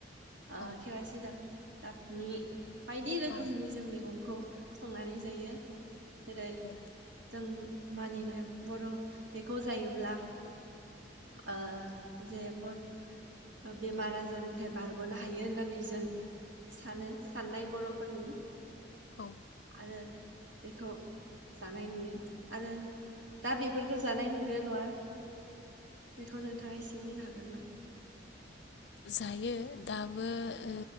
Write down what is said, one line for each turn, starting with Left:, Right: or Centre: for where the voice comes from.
Right: ओ
Left: औ
Right: खेरासि दाफ दाफनि बायदि रोखोमनि
Left: औ
Right: जों मैगंखौ संनानै जायो। जेरै
Left: <inaudible>
Right: जों मानिनाय बर' बेखौ जायोब्ला ओ जे बर बेमार आजारनिफ्राय बारग'नो बारग'नो हायो होननानै जों सानो साननाय बर'फोरनि।
Left: औ
Right: आरो बेखौ जानाय नुयो आरो दा बेफोरखौ जानाय नुगोना नुवा बेखौ नोंथाङा एसे बुंनो हागोन नामा?
Left: जायो दाबो ओ